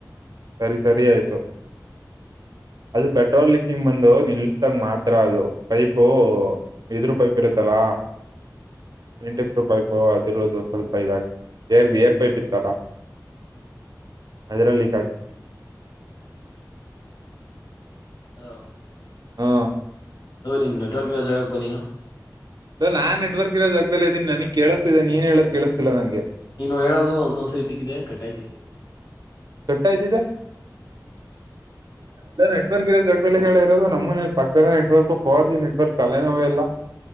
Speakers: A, on the right; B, on the left.
A: ಸರಿ ಸರಿ ಆಯ್ತು ಅದು ಪೆಟ್ರೋಲ್ ಲೀಕ್ಕಿಂಗ್ ಬಂದು ನಿಲ್ಸ್ದಾಗ ಮಾತ್ರ ಅದು ಪೈಪ್ು ಇದರು ಪೈಪ್ ಇರುತ್ತಲ್ಲ. ಎಂಟೆಕ್್ರರು ಪೈಪ್ ಅದಿರುವುದು ಸ್ವಲ್ಪ ಇದಾಗಿತ್ತು ರ್ ಏರ್ ಪೈಪ್ ಇತ್ತಲ್ಲಾ.
B: ಹ್ಮ್
A: ಅದರಲ್ಲಿ ಕತಿತ್ತು
B: ಹ
A: ಹಾ
B: ಲೋ ನಿನ್ ನೆಟ್ವರ್ಕ್ ಇರೋ ಜಾಗಕ್ಕೆ ಬಾ ನೀನು.
A: ಲೋ ನಾ ನೆಟ್ವರ್ಕ್ ಇರೋ ಜಾಗದಲ್ಲಿ ಇದ್ದೀನಿ ನನಗ್ ಕೇಳಿಸ್ತಿದೆ ನೀನ್ ಹೇಳದ ಕೇಳಿಸ್ತಿಲ್ಲ ನಂಗೆ.
B: ನೀನು ಹೇಳೋದು ಒಂದ್ ಬಿಗಿದೆ ಕಟ್ ಆಯ್ತೈತೆ
A: ಕಟ್ಟಾಯ್ತಿದೇ ಲೋ ನೆಟ್ವರ್ಕ್ ಇರೋ ಜಾಗದಲ್ಲಿ ಕಲ ಇರೋದು ನಮ್ಮ ಮನೆ ಪಕ್ಕದಲ್ಲೆ ನೆಟ್ವರ್ಕ್ ಫೋರ್ ಜಿ ನೆಟ್ವರ್ಕ್ ತಲೆ ನೋವೇ ಇಲ್ಲ. <inaudible>